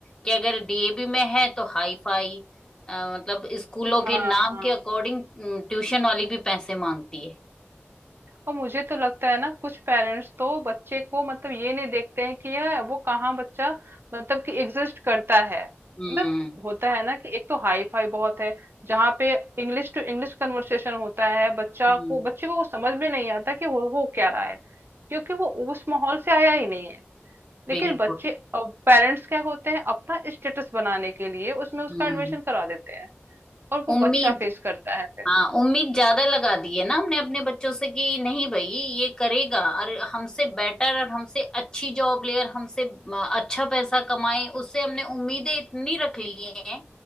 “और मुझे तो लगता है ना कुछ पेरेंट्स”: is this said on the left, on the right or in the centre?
Right